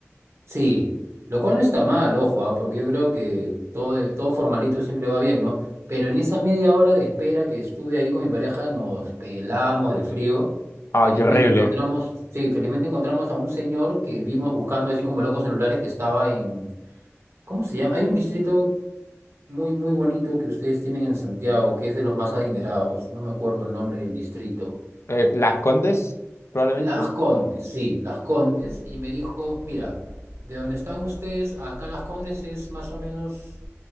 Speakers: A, on the right; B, on the left.
A: Sí, lo cual no está mal, ojo, ah, Porque yo creo que todo, todo formalito siempre va bien, ¿no? Pero en esa media hora de espera que estuve ahí con mi pareja, nos pelamos de frío.
B: Ah,
A: Felizmente
B: qué horrible.
A: encontramos, sí, felizmente encontramos a un señor que vimos buscando así como locos en lugares que estaba en, ¿cómo se llama? Hay un distrito muy, muy bonito que ustedes tienen en Santiago, que es de los más adinerados. No me acuerdo el nombre del distrito.
B: Eh, Las Condes, probablemente.
A: Las Condes, sí, Las Condes, y me dijo, mira, de donde están ustedes, acá Las Condes es más o menos